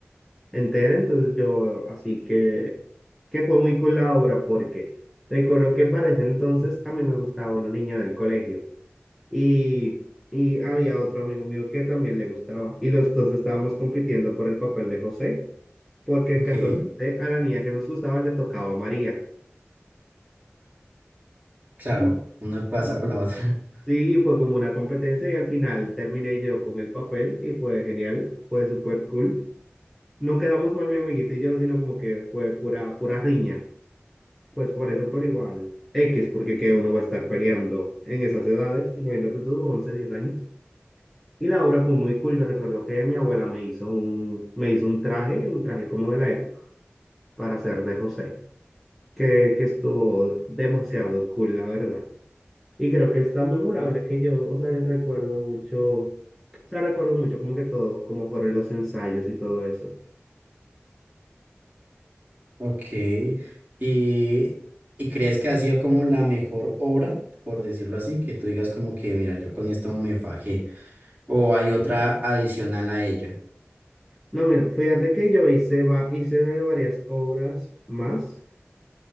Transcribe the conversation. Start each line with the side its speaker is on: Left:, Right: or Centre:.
Centre: entera. Entonces yo, así que, que fue muy cool la obra porque recuerdo que para ese entonces a mí me gustaba una niña del colegio. Y, y había otro amigo mío que también le gustaba. Y los dos estábamos compitiendo por el papel de José, porque
Right: ok,
Centre: casualmente a la niña que nos gustaba le tocaba a María.
Right: claro,
Centre: Y,
Right: una pasa
Centre: eh,
Right: con la otra. <laughs>
Centre: sí, fue como una competencia y al final terminé yo con el papel y fue genial, fue súper cool. No quedamos mal mi amiguito y yo, sino como que fue pura, pura riña. Pues por eso, por igual, X, porque que uno va a estar peleando en esas edades, imagínate todo, 11 10 años. Y la obra fue muy cool. Yo recuerdo que mi abuela me hizo un, me hizo un traje, un traje como de la época, para hacer de José, que, que estuvo demasiado cool, la verdad. Y creo que es tan memorable
Right: Mm.
Centre: que yo, o sea, recuerdo mucho, o sea, recuerdo mucho como que todo, como fueron los ensayos y todo eso.
Right: Ok, y, y crees que ha sido como la mejor obra, por decirlo así, que tú digas como que, mira, yo con esto me fajé. o hay otra adicional a ella.
Centre: No, mira, fíjate que yo hice, va, hice varias obras más,